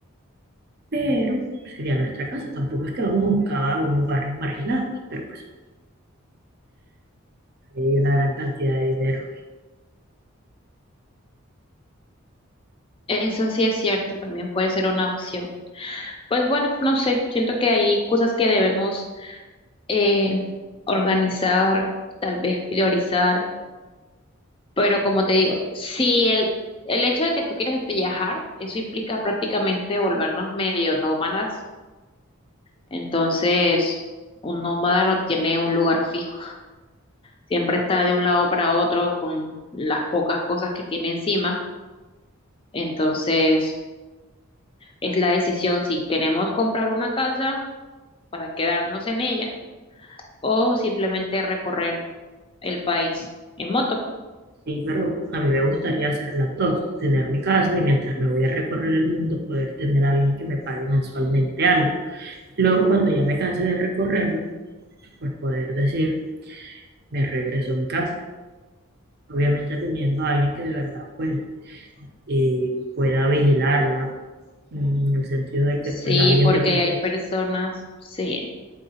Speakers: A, on the right (about 45°); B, on the left (about 25°).
A: pero sería nuestra casa. Tampoco es que vamos a buscar unos barrios marginados, pero pues hay una gran cantidad de dinero.
B: eso sí es cierto, también puede ser una opción. Pues bueno, no sé, siento que hay cosas que debemos eh, organizar, tal vez priorizar. Pero como te digo, si el, el hecho de que tú quieres viajar, eso implica prácticamente volvernos medio nómadas. Entonces, un nómada no tiene un lugar fijo. Siempre está de un lado para otro con las pocas cosas que tiene encima. Entonces, es la decisión si queremos comprar una casa para quedarnos en ella o simplemente recorrer el país en moto.
A: Sí, pero a mí me gustaría hacer las dos, tener mi casa y mientras me voy a recorrer el mundo poder tener a alguien que me pague mensualmente algo. Luego, cuando ya me canse de recorrerlo, pues poder decir, me regreso a mi casa. obviamente teniendo a alguien que de verdad pues eh, pueda vigilarla, mm, en el sentido de que
B: Sí,
A: pues alguien
B: porque
A: de confianza.
B: hay personas, sí.